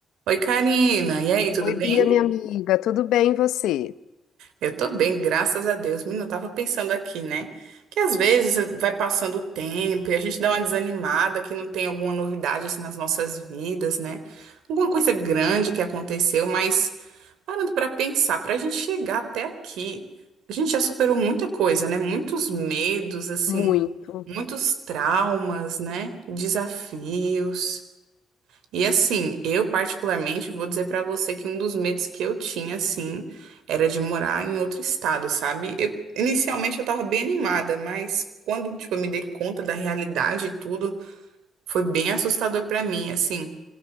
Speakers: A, on the right; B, on the left.
A: Oi, Karina. E aí, tudo
B: Oi,
A: bem?
B: Bia, minha amiga, tudo bem e você?
A: Eu tô bem, graças a Deus. Menina, eu tava pensando aqui, né? Que às vezes vai passando o tempo e a gente dá uma desanimada que não tem alguma novidade assim nas nossas vidas, né? Alguma coisa grande que aconteceu, mas parando pra pensar, pra gente chegar até aqui, a gente já superou muita coisa, né? Muitos medos, assim,
B: Muito,
A: muitos traumas, né? Desafios. E assim, eu particularmente vou dizer pra você que um dos medos que eu tinha, assim, era de morar em outro estado, sabe? Eu, inicialmente eu tava bem animada, mas quando, tipo, eu me dei conta da realidade e tudo, foi bem assustador pra mim, assim.